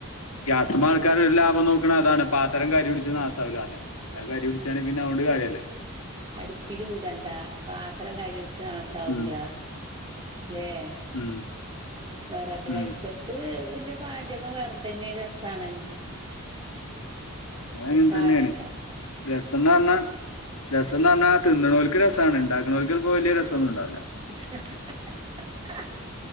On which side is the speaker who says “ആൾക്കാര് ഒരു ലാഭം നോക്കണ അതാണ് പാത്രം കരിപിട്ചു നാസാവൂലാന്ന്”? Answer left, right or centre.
Left